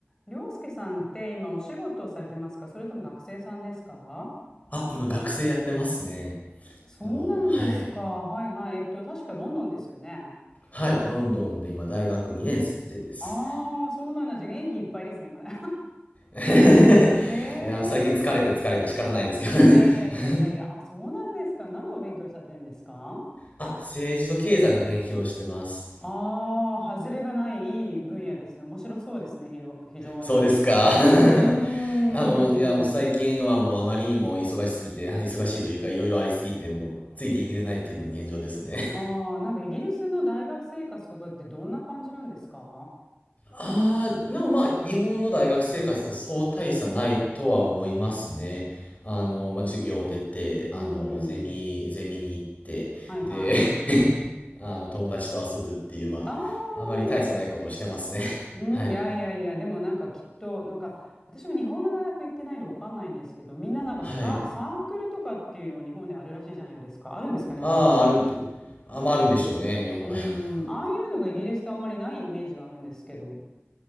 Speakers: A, on the left; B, on the left.
A: りょうすけさんって今お仕事をされてますかそれとも学生さんですか
B: あ、今学生やってますね。
A: そうなんですか。
B: あの、はい。
A: はいはい。えっと、確かロンドンですよね。
B: はい、ロンドンで今大学2年生です。
A: ああ、そうなんだ。じゃあ元気いっぱいですね、まだ。
B: <laughs>
A: <laughs> へえ。
B: いや、あの最近疲れて疲れて仕方ないんですけど
A: いやいやいやいやいや。
B: <laughs>
A: あ、そうなんですか。何のお勉強されてるんですか
B: あ、政治と経済の勉強をしてます。
A: ああー、外れがないいい分野ですね。面白そうですね、ひろ非常に。
B: そうですか。<laughs>
A: うーん。
B: あの、いや、もう最近はもうあまりにも忙しすぎて、忙しいというかいろいろありすぎて、もうついていけてないっていうのが現状ですね
A: ああ、なんかイギリスの大学生活とかってどんな感じなんですか
B: ああ、でもまあ、日本の大学生活とそう大差ないとは思いますね。あの、まあ、授業を出て、
A: うん
B: あの、ゼミ、
A: うん。
B: ゼミに行って、
A: はいはい。
B: で、<laughs> あの、友達と遊ぶっていう、まあ、
A: ああ、
B: あまり大差ないことをしてますね。<laughs>
A: うん、
B: はい。
A: いやいやいや、でもなんかきっと、なんか、私も日本の大学行ってないのわかんないんですけど、みんななんかサ、
B: はい。
A: サークルとかっていうのは日本であるらしいじゃないですか。あるんですかね、
B: ああ、
A: まだ。
B: あるって。あ、まあ、あるんでしょうね、日本の大学。
A: うん、ああいうのがイギリスってあんまりないイメージがあるんですけど。